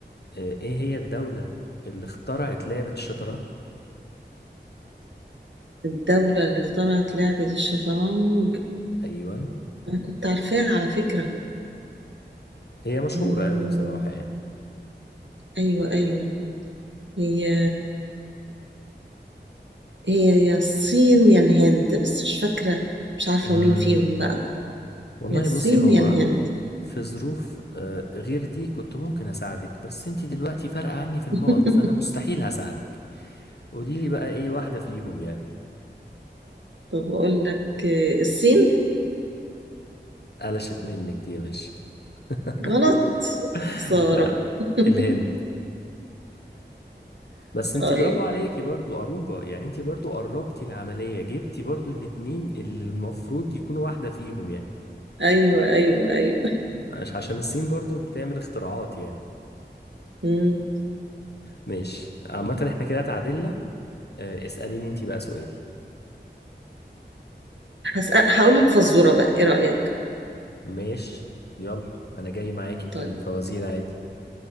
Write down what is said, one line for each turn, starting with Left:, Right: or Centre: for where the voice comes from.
Left: آه ايه هي الدولة اللي اخترعت لعبة الشطرنج؟
Right: الدولة اللي اخترعت لعبة الشطرنج
Left: ايوه
Right: أنا كنت عارفاها على فكرة
Left: هي مشهورة
Right: مم.
Left: قوي بصراحة يعني
Right: أيوة أيوة هي هي يا الصين يا الهند بس مش فاكرة مش عارفة
Left: امم
Right: مين فيهم بقى
Left: والله
Right: يا الصين
Left: بصي هو
Right: يا الهند
Left: في ظروف آه، غير دي كنت ممكن اساعدك بس انت دلوقتي فارقة عني في النقط
Right: <laughs>
Left: فانا مستحيل هساعدك قولي لي بقى ايه واحدة فيهم يعني
Right: طب أقول لك آه، الصين
Left: قلشت منك دي يا باشا <laughs>
Right: غلط خسارة
Left: لا
Right: <laughs>
Left: الهند بس انت
Right: طيب
Left: برافو عليكي برضو قروبة يعني انت برضو قربتي العملية جبتي برضو الاتنين اللي المفروض يكونوا واحدة فيهم يعني
Right: أيوة أيوة أيوة
Left: عش- عشان الصين برضو بتعمل اختراعات يعني
Right: مم.
Left: ماشي عامة احنا كده تعادلنا اه، اسأليني انت بقى سؤال
Right: هسأ- هقول لك فزورة بقى إيه رأيك؟
Left: ماشي يلا انا جاي معاكي في
Right: طيب
Left: الفوازير عادي